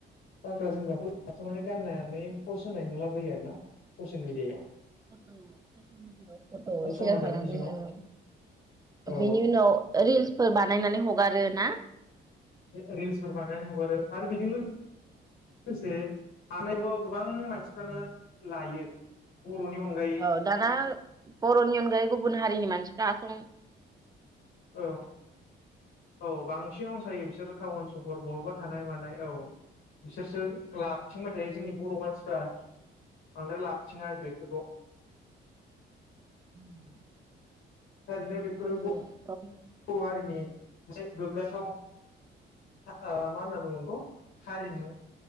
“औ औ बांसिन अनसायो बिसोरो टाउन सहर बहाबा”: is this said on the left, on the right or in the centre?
Left